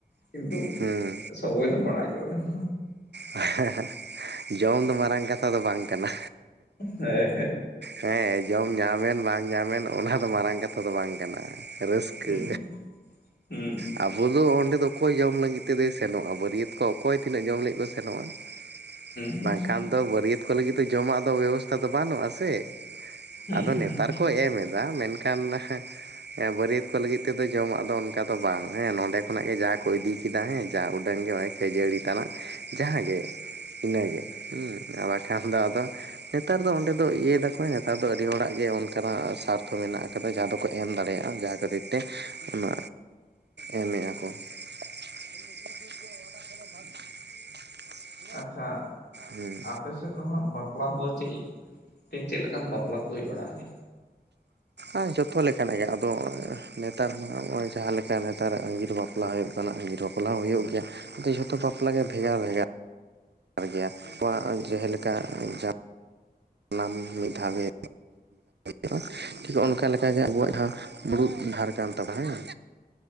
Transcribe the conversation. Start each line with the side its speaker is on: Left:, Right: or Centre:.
Left: ᱠᱤᱱᱛᱩ
Right: <inaudible>
Left: ᱥᱚᱵᱚᱭ ᱫᱚ ᱯᱟᱲᱟᱜ ᱜᱮᱭᱟ ᱦᱟᱸᱜ,
Right: ᱦᱮᱸ ᱦᱮᱸ ᱡᱚᱢ ᱫᱚ ᱢᱟᱨᱟᱝ ᱠᱟᱛᱷᱟ ᱫᱚ ᱵᱟᱝ ᱠᱟᱱᱟ,
Left: ᱦᱮᱸ
Right: ᱦᱮᱸ ᱡᱚᱢ ᱧᱟᱢᱮᱱ ᱵᱟᱝ, ᱧᱟᱢᱮᱱ ᱚᱱᱟ ᱫᱚ ᱢᱟᱨᱟᱝ ᱠᱟᱛᱷᱟ ᱫᱚ ᱵᱟᱝ ᱠᱟᱱᱟ ᱨᱟᱹᱥᱠᱟᱹ,
Left: ᱦᱮᱸ ᱦᱩᱸ ᱦᱩᱸ
Right: ᱟᱵᱚ ᱫᱚ ᱚᱸᱰᱮ ᱫᱚ ᱚᱠᱚᱭ ᱡᱚᱢ ᱞᱟᱹᱜᱤᱫ ᱛᱮᱫᱚᱭ ᱥᱮᱱᱚᱜᱼᱟ ᱵᱟᱹᱨᱤᱭᱟᱹᱛ ᱠᱚ ᱚᱠᱚᱭ ᱛᱤᱱᱟᱹᱜ ᱡᱚᱢ ᱞᱟᱹᱜᱤᱫ ᱥᱮᱱᱚᱜᱼᱟ ᱵᱟᱝ
Left: ᱦᱩᱸ
Right: ᱠᱷᱟᱱ ᱫᱚ ᱵᱟᱹᱨᱤᱭᱟᱹᱛ ᱠᱚ, ᱠᱚ ᱞᱟᱹᱜᱤᱫ ᱫᱚ ᱡᱚᱢᱟᱜ ᱫᱚ ᱵᱮᱵᱚᱥᱛᱷᱟ ᱫᱚ ᱵᱟᱹᱱᱩᱜᱼᱟ ᱥᱮ
Left: ᱦᱩᱸ
Right: ᱟᱫᱚ ᱱᱮᱛᱟᱨ
Left: ᱦᱩᱸ ᱦᱩᱸ
Right: ᱠᱚ ᱮᱢ ᱮᱫᱟ ᱢᱮᱱᱠᱷᱟᱱ ᱠᱟᱱᱱᱟ, ᱦᱮᱸ ᱵᱟᱹᱨᱤᱭᱟᱹᱛ ᱠᱚ ᱞᱟᱹᱜᱤᱫ ᱛᱮᱫᱚ ᱡᱚᱢᱟᱜ ᱫᱚ ᱚᱱᱠᱟ ᱫᱚ ᱵᱟᱝ ᱦᱮᱸ ᱱᱚᱸᱰᱮ ᱠᱷᱚᱱᱟᱜ ᱜᱮ ᱡᱟᱦᱟᱸᱭ ᱠᱚ ᱤᱫᱤ ᱠᱮᱫᱟ ᱦᱮᱸ ᱡᱟ ᱩᱰᱟᱹᱝ ᱜᱮ ᱚᱭ ᱠᱷᱟᱹᱡᱟᱹᱲᱤ ᱛᱟᱱᱟᱜ, ᱡᱟᱦᱟᱸᱜᱮ ᱤᱱᱟᱹᱜᱮ ᱦᱮᱸ ᱵᱟᱠᱷᱟᱱ ᱫᱚ ᱟᱫᱚ ᱱᱮᱛᱟᱨ ᱫᱚ ᱚᱸᱰᱮ ᱫᱚ ᱤᱭᱟᱹ ᱫᱟᱠᱚ ᱱᱮᱛᱟᱨ ᱫᱚ ᱟᱹᱰᱤ ᱦᱚᱲᱟᱜ ᱜᱮ ᱚᱱᱠᱟᱱᱟᱜ ᱜᱮ ᱥᱟᱨᱛᱷᱚ ᱢᱮᱱᱟᱜ ᱟᱠᱟᱫᱟ ᱡᱟᱦᱟᱸ ᱫᱚᱠᱚ ᱮᱢ ᱫᱟᱲᱮᱭᱟᱜᱼᱟ, ᱠᱷᱟᱹᱛᱤᱨ ᱛᱮ ᱚᱱᱟ ᱮᱢᱮᱫ ᱟᱠᱚ, <unintelligible> <unintelligible>
Left: ᱟᱪᱪᱷᱟ,
Right: ᱦᱮᱸ
Left: ᱟᱯᱮ ᱥᱮᱫ ᱫᱚ ᱦᱟᱸᱜ ᱵᱟᱯᱞᱟ ᱫᱚ ᱪᱮᱫ ᱪᱮᱫ ᱞᱮᱠᱟᱱ ᱵᱟᱯᱞᱟ ᱠᱚ ᱦᱩᱭ ᱵᱟᱲᱟᱜᱼᱟ,
Right: ᱟ ᱡᱚᱛᱚ ᱞᱮᱠᱟᱱᱟᱜ ᱜᱮ ᱟᱫᱚ ᱱᱮᱛᱟᱨ ᱢᱟ ᱱᱚᱜᱼᱚᱭ ᱡᱟᱦᱟᱸ ᱞᱮᱠᱟ ᱱᱮᱛᱟᱨᱟᱜ ᱟᱸᱜᱤᱨ ᱵᱟᱯᱞᱟ, ᱵᱟᱯᱞᱟ ᱦᱩᱭᱩᱜ ᱠᱟᱱᱟ ᱟᱹᱜᱤᱨ ᱵᱟᱯᱞᱟ ᱦᱚᱸ ᱦᱩᱭᱩᱜ ᱜᱮᱭᱟ ᱟᱫᱚ ᱡᱷᱚᱛᱚ ᱵᱟᱯᱞᱟ ᱜᱮ ᱵᱷᱮᱜᱟᱨ ᱵᱷᱮᱜᱟᱨ, <unintelligible> ᱱᱚᱣᱟ ᱡᱮᱦᱮ ᱞᱮᱠᱟ ᱡᱟ ᱥᱟᱱᱟᱢ ᱢᱤᱫ ᱫᱷᱟᱣ ᱜᱮ <unintelligible> ᱴᱷᱤᱠ ᱚᱱᱠᱟ ᱞᱮᱠᱟᱜᱮ ᱟᱵᱚᱣᱟᱜ ᱦᱚᱸ ᱢᱩᱲᱩᱛ ᱰᱟᱦᱟᱨ ᱠᱟᱱ ᱛᱟᱵᱚᱱᱟ ᱦᱮᱸ